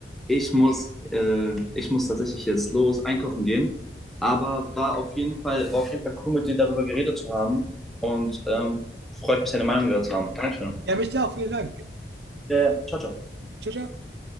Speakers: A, in the centre; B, on the right.
A: ich muss, äh, ich muss tatsächlich jetzt los einkaufen gehen, aber war auf jeden Fall, war auf jeden Fall cool, mit dir darüber geredet zu haben und ähm, freut mich, deine Meinung gehört zu haben. Dankeschön.
B: Ja, mich auch. Vielen Dank.
A: Ja, ja. Ciao, ciao.
B: Ciao, ciao.